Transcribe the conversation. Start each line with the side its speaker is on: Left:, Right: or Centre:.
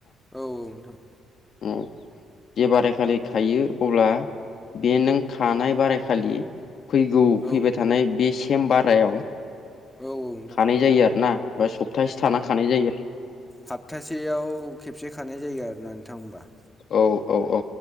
Centre: औ औ नोंथां
Left: उम जे बारायखालि खायो अब्ला बेनो थानाय बाराय खालि फैगौ
Centre: औ
Left: फैबाय थानाय बे सेम बारायाव
Centre: औ नोंथां
Left: थानाय जायो आरोना बा सप्तासे थाना खानाय जायो।
Centre: हाप्थासेयाव खेबसे खानाय जायो आरोना नोंथां होमबा।
Left: औ औ औ